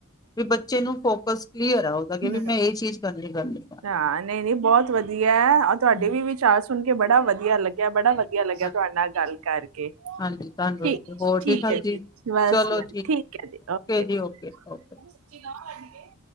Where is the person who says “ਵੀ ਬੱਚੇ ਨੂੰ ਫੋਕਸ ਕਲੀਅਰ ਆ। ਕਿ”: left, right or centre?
Left